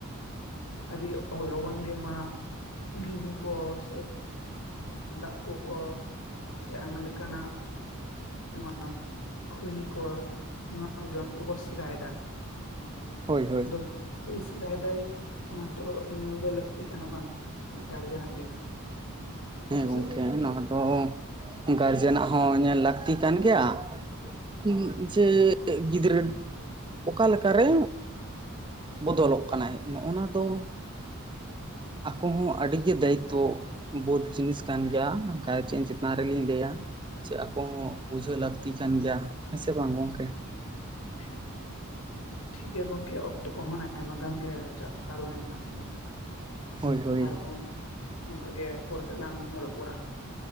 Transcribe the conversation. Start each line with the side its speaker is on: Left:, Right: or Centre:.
Left: ᱟ ᱟᱹᱰᱤ ᱞᱚᱜᱚᱱ ᱜᱮ ᱱᱚᱣᱟ ᱯᱩᱸᱜᱤ ᱧᱩ ᱠᱚ ᱥᱮ ᱫᱟᱜ ᱠᱚᱠᱚ ᱥᱮ ᱟᱭᱢᱟ ᱞᱮᱠᱟᱱᱟᱜ ᱱᱚᱣᱟ ᱠᱷᱚᱭᱱᱤ ᱠᱚ ᱱᱚᱣᱟ ᱡᱚᱢ ᱠᱚᱠᱚ ᱥᱮᱨᱟᱭ ᱫᱟ᱾
Right: ᱦᱳᱭ ᱦᱳᱭ᱾
Left: ᱫᱚ ᱪᱤᱠᱟᱹᱛᱮᱭ ᱥᱮᱸᱨᱟᱭ ᱫᱟᱭ ᱚᱱᱟ ᱛᱚ ᱧᱮᱞ ᱫᱚ ᱞᱟᱹᱠᱛᱤ ᱠᱟᱱᱟ ᱵᱟᱝ? ᱜᱟᱨᱡᱮᱱᱟᱜ ᱜᱮ᱾
Right: ᱦᱮᱸ ᱜᱚᱝᱠᱮ
Left: ᱥᱮ ᱵᱟᱝ
Right: ᱱᱚᱣᱟ ᱫᱚ ᱜᱟᱨᱡᱮᱱᱟᱜ ᱦᱚᱸ ᱧᱮᱞ ᱞᱟᱹᱠᱛᱤ ᱠᱟᱱ ᱜᱮᱭᱟ, ᱩᱸᱜ ᱡᱮ ᱜᱤᱫᱽᱨᱟᱹ ᱚᱠᱟ ᱞᱮᱠᱟᱨᱮ ᱵᱚᱫᱚᱞᱚᱜ ᱠᱟᱱᱟᱭ? ᱱᱚᱜᱼᱱᱟ ᱫᱚ ᱟᱠᱚ ᱦᱚᱸ ᱟᱹᱰᱤ ᱜᱮ ᱫᱟᱭᱤᱛᱛᱚ ᱵᱳᱫ ᱡᱤᱱᱤᱥ ᱠᱟᱱ ᱜᱮᱭᱟ᱾ ᱜᱟᱨᱡᱮᱱ ᱪᱮᱛᱟᱱ ᱨᱮᱞᱤᱧ ᱞᱮᱭᱟ ᱡᱮ ᱟᱠᱚ ᱦᱚᱸ ᱯᱩᱡᱷᱟᱹ ᱯᱮ ᱞᱟᱹᱠᱛᱤ ᱠᱟᱱ ᱜᱮᱭᱟ ᱦᱮᱸ ᱥᱮ ᱵᱟᱝ ᱜᱚᱝᱠᱮ
Left: ᱦᱮ <inaudible> ᱴᱷᱤᱠ ᱜᱮᱭᱟ ᱜᱚᱝᱠᱮ ᱚᱠᱛᱚ ᱠᱚᱦᱚᱸ ᱟᱭᱢᱟ ᱜᱟᱱ ᱜᱮ ᱪᱟᱜ ᱯᱟᱨᱚᱢᱮᱱ ᱛᱟᱞᱟᱝᱟ᱾
Right: ᱦᱳᱭ ᱦᱳᱭ
Left: ᱟᱨ ᱦᱚᱸ ᱱᱚᱝᱠᱟ ᱜᱮ ᱯᱚᱨᱮ ᱛᱮᱞᱟᱝ ᱨᱚᱯᱚᱲᱟ ᱾